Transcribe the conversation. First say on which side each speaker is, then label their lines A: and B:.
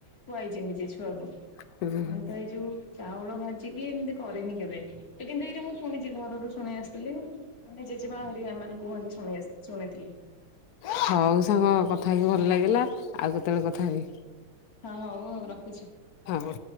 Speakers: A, on the left (about 45°); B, on the left (about 80°).
A: ଖୁଆଇଛି ନିଜେ ଛୁଆକୁ ଆଉ
B: ହୁଁ।
A: ତ ଏଇ ଯୋଉ ଚାଉଳ ଭାଜିକି ଏମିତି କରିନି କେବେ। ତ କିନ୍ତୁ ଏଇଟା ମୁଁ ଶୁଣିଛି ଘରଠୁ ଶୁଣି ଆସିଥିଲି। ମାନେ ଜେଜେମା ହରିକା ଏମାନେ କୁହନ୍ତି ଶୁଣି ଆସ ଶୁଣିଥିଲି।
B: ହଉ ସାଙ୍ଗ କଥା ହେଇକି ଭଲ ଲାଗିଲା ଆଉ କେତେବେଳେ କଥା ହେବି।
A: ହଁ ହଉ ଆଉ ରଖୁଛି।
B: ହଁ।